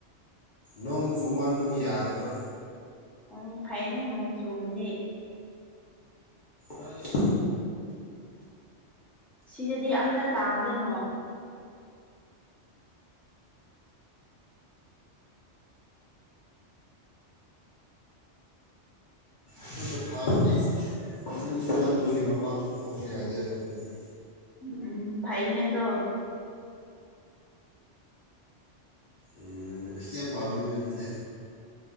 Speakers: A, on the left (about 50°); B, in the centre.
A: ꯅꯣꯡ ꯆꯨꯃꯟꯕꯒꯤ ꯌꯥꯗꯦꯕ
B: ꯎꯝ ꯐꯩꯅꯦ ꯅꯣꯡ ꯆꯨꯕꯗꯤ
A: ꯑꯁ
B: ꯁꯤꯗꯗꯤ ꯑꯝꯇ ꯇꯥꯗꯦ ꯅꯣ
A: ꯑꯗꯨꯅ ꯐꯥꯕꯅꯦ ꯅꯣꯡ ꯆꯨꯃꯟꯕꯒꯤ ꯃꯄꯥꯟꯁꯨ ꯊꯣꯛꯄ ꯌꯥꯗꯦ ꯑꯩꯈꯣꯏꯗꯤ
B: ꯎꯝ ꯐꯩꯅꯦꯗꯣ
A: ꯎꯝ ꯏꯁ ꯌꯥꯝ ꯐꯕꯅꯤꯅꯦ ꯑꯗꯨꯗꯤ